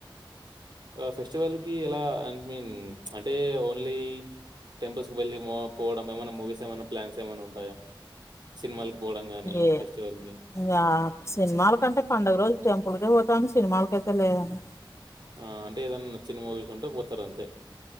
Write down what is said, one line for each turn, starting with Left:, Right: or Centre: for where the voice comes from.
Right: ఫెస్టివల్ కి ఎలా ఐ మీన్ అంటే ఓన్లీ టెంపుల్స్ క వెళ్ళి పోవడం ఏమైన్నా మూవీస్ ఏమైన్నా ప్లాన్స్ ఏమైన్నా ఉంటాయా సినిమాలకి పోవడం గాని
Left: ఏ
Right: ఫెస్టివల్ కి
Left: ఇంగా సినిమాల కంటే పండుగ రోజు టెంపుల్ కే పోత్ డి సినిమాలకైతే లేదండి
Right: ఆ అంటే ఏదనా నచ్చిన మూవీస్ ఉంటే పోతారు అంతే